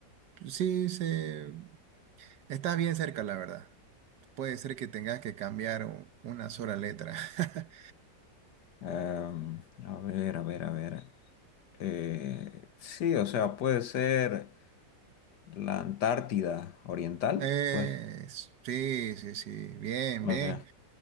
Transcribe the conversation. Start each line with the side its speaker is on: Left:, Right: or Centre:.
Right: Sí, se... está bien cerca, la verdad. Puede ser que tengas que cambiar u- una sola letra. <laughs>
Left: Em, a ver, a ver, a ver. Eh, sí, o sea, puede ser la Antártida Oriental,
Right: Eh,
Left: pues.
Right: sí, sí, sí. Bien,
Left: Ok,
Right: bien,